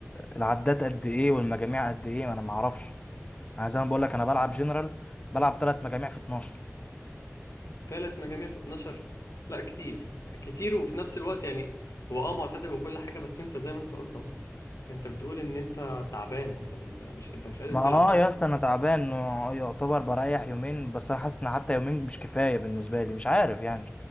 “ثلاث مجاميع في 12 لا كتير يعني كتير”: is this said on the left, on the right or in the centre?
Left